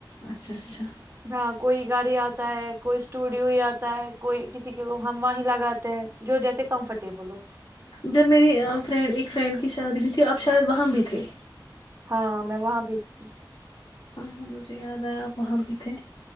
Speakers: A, on the left; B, on the right.
A: اچھا اچھا
B: ہاں کوئی گار یار آتا ہے کوئی اسٹوڈیو ہی آتا ہے کوئی کسی کے ہمو ہی لگاتے ہیں جو جیسے کمفرٹیبل ہو
A: جب میری فرینڈ ایک فرینڈ کی شادی بھی تھی اب شاید وہاں بھی تھے
B: ہاں میں وہاں بیچتی
A: ہاں ہاں مجھے یاد آیا آپ وہاں بھی تھے